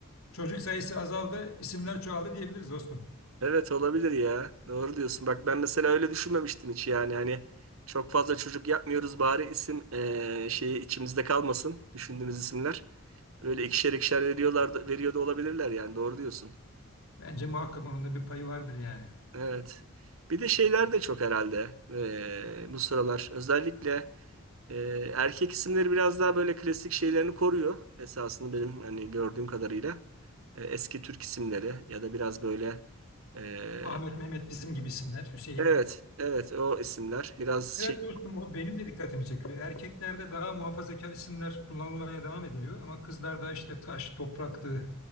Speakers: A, on the left (about 80°); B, on the right (about 70°).
A: çocuk sayısı azaldı, isimler çoğaldı diyebiliriz dostum.
B: Evet olabilir ya. Doğru diyorsun. Bak ben mesela öyle düşünmemiştim hiç yani hani çok fazla çocuk yapmıyoruz bari isim e, şeyi içimizde kalmasın düşündüğümüz isimler. Böyle ikişer ikişer veriyorlardı, veriyor da olabilirler yani doğru diyorsun.
A: Bence muhakkak onun da bir payı vardır yani.
B: Evet. Bir de şeyler de çok herhalde eee, bu sıralar. Özellikle eee, erkek isimleri biraz daha böyle klasik şeylerini koruyor. Esasında benim hani gördüğüm kadarıyla Eee, eski Türk isimleri ya da biraz böyle eee,
A: Ahmet, Mehmet bizim gibi isimler. Hüseyin.
B: evet evet o isimler biraz
A: Evet
B: şey.
A: dostum o benim de dikkatimi çekiyor. Erkeklerde daha muhafazakar isimler kullanılmaya devam ediliyor. Ama kızlarda işte taş, topraktı,